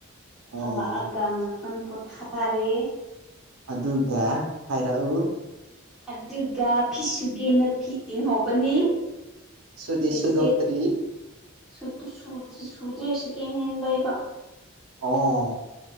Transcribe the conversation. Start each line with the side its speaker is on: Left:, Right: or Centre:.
Right: ꯎꯝ
Centre: ꯍꯜꯂꯛꯑꯒ ꯉꯥꯛꯇꯪ ꯄꯣꯊꯥꯔꯦ
Right: ꯑꯗꯨꯒ ꯍꯥꯏꯔꯛꯎꯨ
Centre: ꯑꯗꯨꯒ ꯐꯤꯁꯨꯒꯦꯅ ꯐꯤ ꯇꯤꯡꯍꯧꯕꯅꯤ
Right: ꯁꯨꯗꯤ
Centre: ꯐꯤꯁꯦ
Right: ꯁꯨꯗꯣꯛꯇ꯭ꯔꯤ
Centre: ꯁꯨꯗ ꯁꯨꯔꯗꯔꯤ ꯁꯨꯗ꯭ꯔꯦ ꯁꯤꯀꯦꯟ ꯍꯦꯟ ꯂꯩꯕ
Right: ꯑꯣ